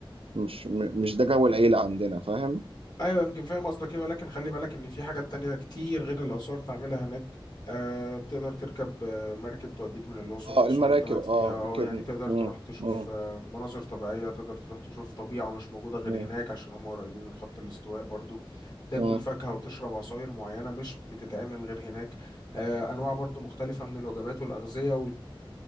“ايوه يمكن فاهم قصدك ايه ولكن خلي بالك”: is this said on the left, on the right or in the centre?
Left